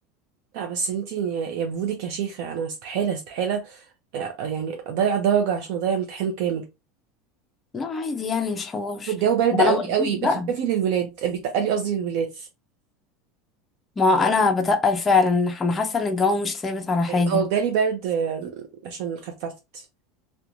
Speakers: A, on the right; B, on the left.
A: لا بس انتي يا يا بودك يا شيخة انا استحالة استحالة يعني اضيع درجة عشان اضيع امتحان كامل
B: لا عادي يعني مش حوار
A: الجو برد
B: ما
A: قوي
B: انا بقول
A: قوي
B: بقى
A: بخففي للولاد بيتقلي قصدي للولاد
B: ما انا بتقل فعلا انا حاسه ان الجو مش ثابت على حاجه
A: اه جالي برد آم، عشان خففت